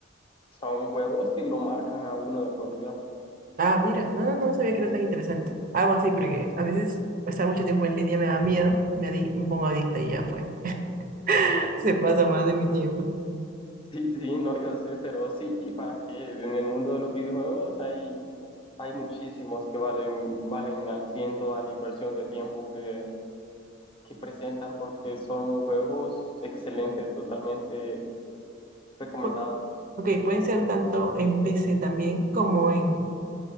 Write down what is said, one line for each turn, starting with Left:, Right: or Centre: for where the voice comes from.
Left: son juegos que lo marcan a uno de por vida. <laughs>
Right: Ah, mira, no, no, no sabía que era tan interesante. Algo así, porque a veces estar mucho tiempo en línea me da miedo, me, adi- me pongo adicta y ya fue. <laughs> Se pasa más de mi tiempo.
Left: Sí, sí, no, yo sé, pero sí, para que en el mundo de los videojuegos hay, hay muchísimos que valen, valen al ciento a la inversión de tiempo que, que presentan porque son juegos excelentes, totalmente recomendados.
Right: Pu- ok, pueden ser tanto en PC también como en,